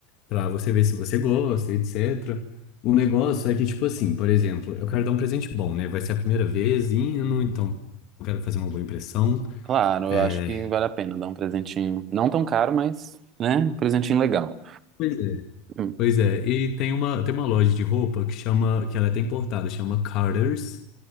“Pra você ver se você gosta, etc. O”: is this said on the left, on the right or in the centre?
Left